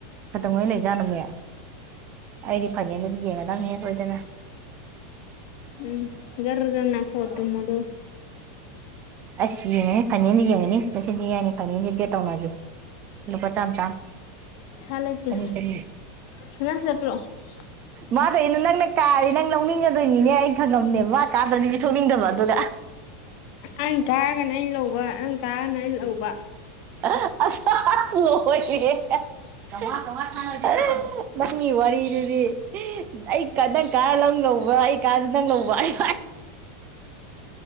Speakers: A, on the right; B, on the left.
A: ꯀꯗꯉꯩ ꯂꯩꯖꯥꯠꯅꯦ ꯃꯦꯁ ꯑꯩꯗꯤ ꯐꯥꯏꯅꯦꯜꯗꯗꯤ ꯌꯦꯡꯉꯅꯤ ꯃꯤ ꯀꯗꯅ
B: ꯎꯝ ꯒꯔ ꯒꯔ ꯅꯥꯀꯣꯛ ꯇꯨꯝꯃꯣ
A: <unintelligible>
B: ꯑꯗꯨꯒ
A: ꯑꯁ ꯌꯦꯡꯉꯅꯤ ꯐꯅꯦꯜ ꯗꯤ ꯌꯦꯡꯉꯅꯤ ꯂꯁꯤ ꯉꯥꯏꯅꯤ ꯐꯅꯍꯗꯤ ꯕꯦꯇꯧꯅꯥꯁꯦ ꯍꯂꯨꯄꯥ ꯆꯥꯃ ꯆꯥꯝ
B: ꯄꯩꯁꯥ ꯂꯩꯇꯦ
A: ꯆꯅꯤ ꯆꯅꯤ
B: ꯁꯅꯥ ꯁꯤꯗ ꯄꯤꯔꯛꯑꯣ
A: ꯃꯥꯊ ꯏꯅꯤ ꯏ ꯅꯪꯅꯦ ꯀꯥꯔꯦ ꯅꯪ ꯂꯧꯅꯤꯡꯒꯗꯣꯏꯅꯤꯅꯦ ꯑꯩ ꯈꯪꯉꯕꯅꯦꯕ ꯃꯥ ꯀꯥꯗ꯭ꯔꯗꯤ ꯄꯤꯊꯣꯛꯅꯤꯡꯗꯕ ꯑꯗꯨꯒ
B: ꯑꯩ ꯀꯥꯔꯒꯅ ꯑꯩ ꯂꯧꯕ ꯅꯪ ꯀꯥꯔꯒꯅ ꯑꯩ ꯂꯧꯕ
A: ꯑ ꯑ ꯂꯦꯢꯂꯦꯍꯦ <unintelligible> ꯅꯪꯒꯤ ꯋꯥꯔꯤꯗꯨꯗꯤ ꯑꯩ ꯅꯪ ꯀꯥꯔ ꯅꯪ ꯂꯧꯕ ꯑꯩ ꯀꯥꯔꯁꯨ ꯅꯪ ꯂꯧꯕ ꯑꯩ